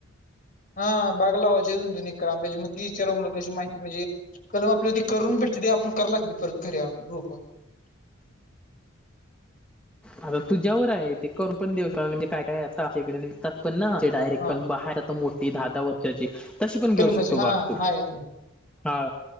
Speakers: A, on the left (about 40°); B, in the centre.
A: हा बाग लावायचे दोन तीन एकर आंब्याची विचार कशी माहिती म्हणजे कलम आपल्या त करून भेटते ते आपण कराव लागते. घर आण रोपे
B: आता तुझ्यावर आहे ते करपण देवशाला म्हणजे काय काय आता आ इकडे निघतात. पण डायरेक्ट
A: हा
B: कब आहेत आता मोठी दहा दहा वर्षाची तशी पण घेऊ
A: कलमाची
B: शकतो
A: हा
B: बाग तू
A: हाय ते.
B: हा